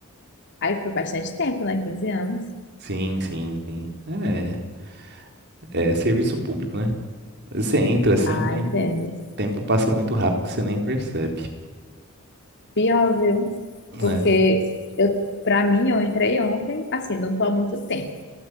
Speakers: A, on the left; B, on the right.
A: Aí foi bastante tempo, né? Quinze anos.
B: Sim, sim, sim. É, é serviço público, né? Você entra assim,
A: Ah,
B: o tempo,
A: entendo.
B: o tempo passa muito rápido, você nem percebe.
A: Pior, viu?
B: É,
A: Porque eu, para mim, eu entrei ontem, assim, não tô há muito tempo,